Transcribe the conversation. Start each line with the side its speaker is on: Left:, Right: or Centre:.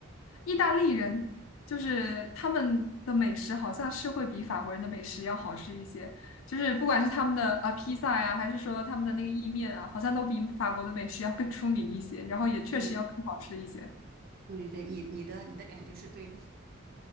Left: 意大利人就是他们的美食好像是会比法国人的美食要好吃一些，就是不管是他们的呃披萨呀，还是说他们的那个意面啊，好像都比法国的美食要更出名一些，然后也确实要更好吃一些。
Right: 你对对对，你你的你的感觉是对的，<laughs>